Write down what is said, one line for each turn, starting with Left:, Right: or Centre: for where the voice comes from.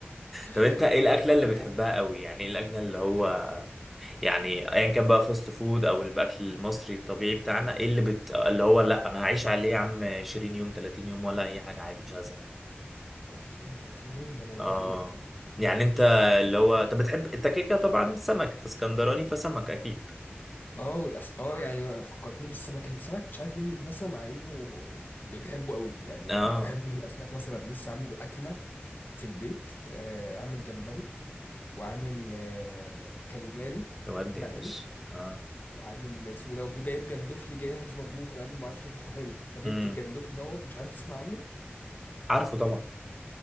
Left: <laughs>
Centre: طب انت ايه
Left: لا
Centre: الاكلة
Left: البركه
Centre: اللي بتحبها
Left: جميل
Centre: قوي يعني ايه الاكلة اللي هو يعني ايا كان بقى فاست فود او الاكل المصري الطبيعي بتاعنا ايه اللي بت... اللي هو لا انا هعيش عليه يا عم 20 يوم 30 يوم ولا اي حاجه عادي مش هزهق
Left: 20 يوم 30 يوم ده موضوع
Centre: اه
Left: طويل قوي
Centre: يعني انت
Left: بص
Centre: اللي هو انت بتحب انت كده كده طبعا سمك انت اسكندراني فسمك اكيد
Left: اه والأس... اه يعني فكرتني بالسمك السمك مش عارف ليه بيتنسى مع انه بنحبه قوي يعني
Centre: اه
Left: انا بحب في الاسماك مثلا لسه عامله اكله في البيت آه عامل جمبري وعامل آه كاليماري
Centre: ودي
Left: مقلي
Centre: يا باشا اه
Left: وعامل اسمه دوت وجايب جندوفلي جاهز مطبوخ لان ما بعرفش اطبخه حلو فجبت
Centre: امم
Left: الجندوفلي دوت مش عارف تسمع عنه
Centre: عارفه طبعا